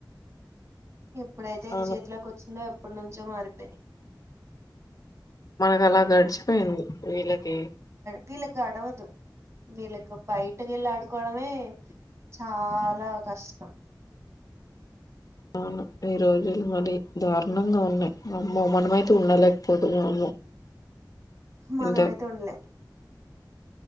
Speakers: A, on the right; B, on the left.
A: ఎప్ ఇప్పుడైతే ఇది
B: అవును
A: చేతిలోకి వచ్చిందో ఎప్పటి నుంచో మారిపోయినాయ్
B: మనకు అలా గడిచిపోయింది వీళ్ళకి
A: వీలకి గడవదు వీలలకు బయటకి వెళ్ళ ఆడుకోవడమే చాలా కష్టం
B: అవును ఈ రోజులు మరి దారుణంగా ఉన్నాయి అమ్మో మనమైతే ఉండలేకపోతున్నాము
A: మనమైతే
B: ఇంత
A: ఉండలేం